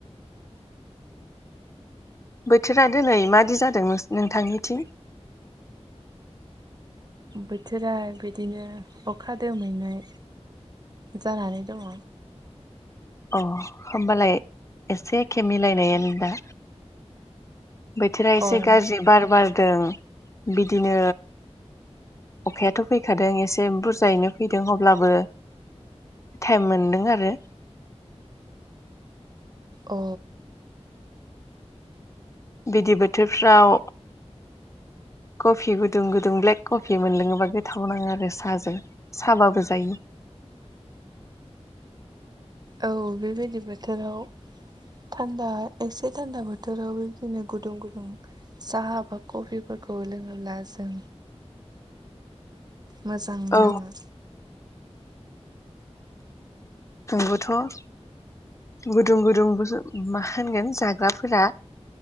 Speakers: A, on the left; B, on the right.
A: बोथोरा दिनै मादि जादों नोंथांनिथिं?
B: बोथोरा बिदिनो अखा दोमैनाय। जानानै दङ।
A: अ होमबालाय एसे एखे मिलायनायानो दा। बोथोरा एसे
B: अन
A: गाज्रि बार बारदों बिदिनो अखायाथ' फैखादों एसे बुरजायैनो फैदों अब्लाबो टाइम मोनदों आरो।
B: अ
A: बिदि बोथोरफ्राव कफि गुदुं गुदुं ब्लेक कफि मोनलोङोबा गोथाव नाङो आरो साहजों साबाबो जायो। <inaudible>
B: औ बेबायदि बोथोराव थान्दा एक्से थान्दा बोथोराव बिदिनो गुदुं गुदुं साहा बा कफि फोरखौ लोङोब्ला जों
A: <inaudible>
B: मोजां
A: औ
B: नाङो।
A: नंगौथ' गुदुं गुदुं मा होनगोन जाग्राफोरा